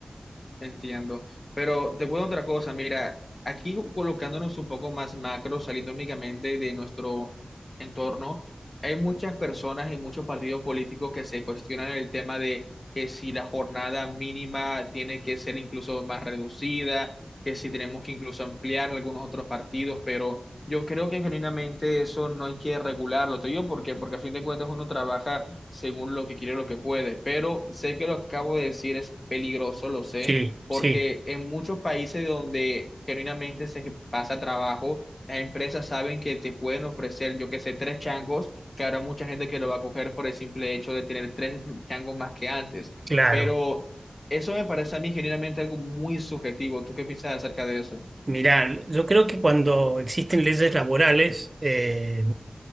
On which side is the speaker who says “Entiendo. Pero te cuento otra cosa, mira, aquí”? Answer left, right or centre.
Left